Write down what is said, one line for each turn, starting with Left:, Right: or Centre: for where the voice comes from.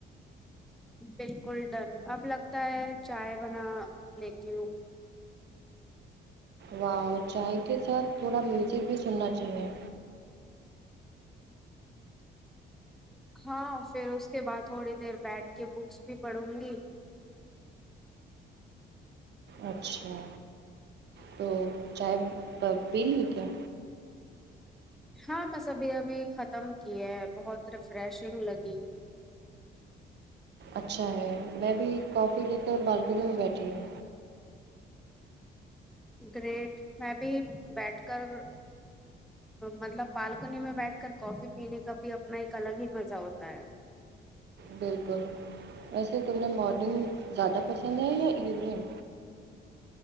Centre: بالکل ڈن اب لگتا ہے چائے بنا لیتی ہوں
Right: واؤ چائے کے ساتھ تھوڑا میوزک بھی سننا چاہیے
Centre: ہاں پھر اس کے بعد تھوڑی دیر بیٹھ کے بکس بھی پڑھوں گی
Right: اچھا تو چائے پی لی کیا
Centre: ہاں بس ابھی ابھی ختم کیے ہیں بہت ریفریشنگ لگی
Right: اچھا ہے میں بھی کافی لے کر بالکنی میں بیٹھی ہوں
Centre: گریٹ میں بھی بیٹھ کر مطلب بالکنی میں بیٹھ کر کافی پینے کا بھی اپنا ایک الگ ہی مزہ ہوتا ہے
Right: بالکل ویسے تمیں مارننگ زیادہ پسند ہے یا ایوننگ